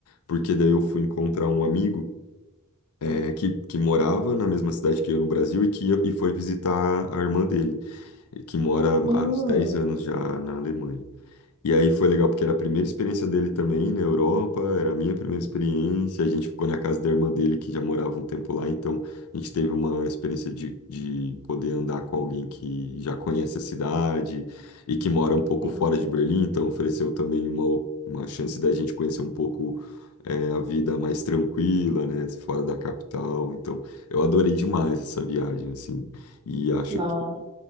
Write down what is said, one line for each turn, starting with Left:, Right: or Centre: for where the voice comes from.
Left: Porque daí eu fui encontrar um amigo eh, que, que morava na mesma cidade que eu no Brasil e que eu- e foi visitar a irmã dele, que mora
Right: Hum.
Left: há uns 10 anos já na Alemanha. E aí foi legal porque era a primeira experiência dele também na Europa, era a minha primeira experiência. A gente ficou na casa da irmã dele, que já morava um tempo lá, então a gente teve uma experiência de, de poder andar com alguém que já conhece a cidade e que mora um pouco
Right: Sim.
Left: fora de Berlim, então ofereceu também uma, uma chance da gente conhecer um pouco. é, a vida mais tranquila, né, fora da capital. Então, eu adorei demais essa viagem, assim, e acho
Right: Nossa.
Left: que